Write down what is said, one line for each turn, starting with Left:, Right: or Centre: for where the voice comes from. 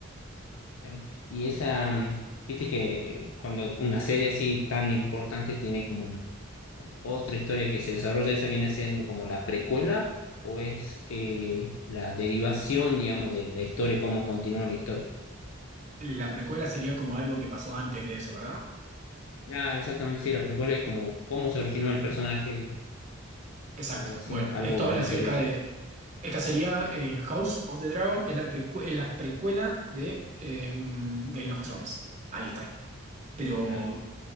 Left: claro. Y esa, mm, viste que cuando una serie así tan importante tiene como un- otra historia que se desarrolla, ¿esa viene siendo como la precuela o es eh, la derivación, digamos, de la historia, cómo continúa la historia?
Right: La precuela sería como algo que pasó antes de eso, ¿verdad?
Left: Ah, exactamente, sí, la precuela es como cómo se originó el personaje
Right: Exacto.
Left: o algo así,
Right: Bueno,
Left: algo
Right: esto habla
Left: anterior.
Right: acerca de. Esta sería eh, House of the Dragon, es la, precu- es la precuela de eh, Game of Thrones. Ahí está. Pero
Left: Claro.